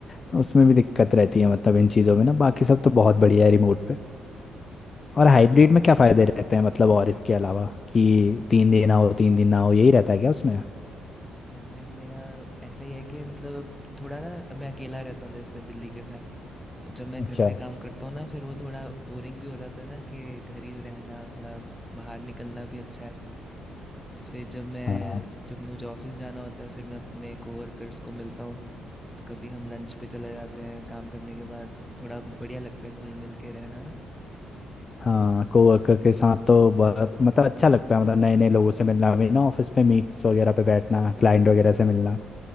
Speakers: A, on the left (about 35°); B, in the centre.
A: तो उसमें भी दिक्कत रहती है मतलब इन चीज़ों में ना बाकी सब तो बहुत बढ़िया है रिमोट और हाइब्रिड में क्या फायदे रहते हैं मतलब और इसके अलावा कि तीन दिन आओ तीन दिन ना हो यही रहता है क्या उसमें
B: हाँ भाई मेरा ऐसा ही है कि मतलब अब थोड़ा ना मैं अकेला रहता हूँ जैसे बिल्ली के साथ तो जब मैं
A: अच्छा
B: घर से काम करता हूँ ना फिर वो थोड़ा बोरिंग भी हो जाता है ना कि घर ही रहना थोड़ा बाहर निकलना भी अच्छा है तो फिर जब मैं
A: हाँ
B: जब मुझे ऑफिस जाना होता है फिर मैं अपने कोवर्कर्स को मिलता हूँ तो कभी हम लंच पे चले जाते हैं काम करने के बाद थोड़ा बढ़िया लगता है घुल मिल के रहना ना
A: हाँ कोवर्कर के साथ तो बहुत मतलब अच्छा लगता है मतलब नए नए लोगों से मिलना मिलना ऑफिस पे मीट्स वगैरह पे बैठना क्लाइंट वगैरह से मिलना